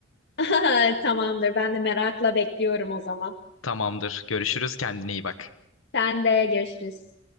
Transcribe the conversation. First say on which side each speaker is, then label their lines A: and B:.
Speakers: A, on the left; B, on the left.
A: <laughs> Tamamdır. Ben de merakla bekliyorum o zaman.
B: Tamamdır. Görüşürüz. Kendine iyi bak.
A: Sen de görüşürüz.